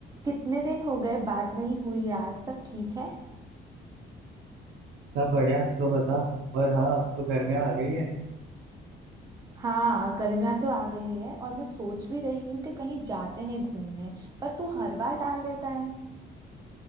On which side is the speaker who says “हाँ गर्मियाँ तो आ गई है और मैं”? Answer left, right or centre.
Right